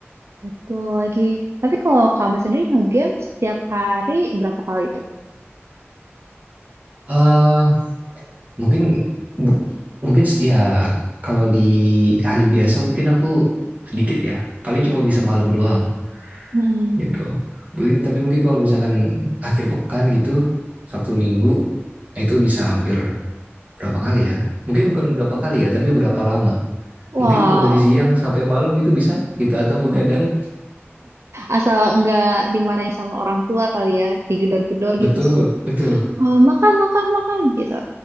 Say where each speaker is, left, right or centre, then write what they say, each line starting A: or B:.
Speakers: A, on the right (about 75°); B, on the right (about 35°).
A: Betul lagi. Tapi kalau kamu sendiri nge-game setiap hari berapa kali itu?
B: Eh Uh, mungkin mungkin ya kalau di hari biasa mungkin aku sedikit ya paling cuma bisa malam doang
A: mm
B: gitu mungkin tapi mungkin kalau misalkan akhir pekan gitu sabtu minggu nah itu bisa hampir berapa kali ya mungkin bukan berapa kali ya tapi berapa lama
A: Wow,
B: mungkin kalau dari siang sampai malam gitu bisa gitu atau begadang
A: asal nggak dimarahin sama orang tua kali ya, digedor-gedor
B: betul
A: gitu suruh
B: betul
A: "Eh, makan, makan, makan gitu.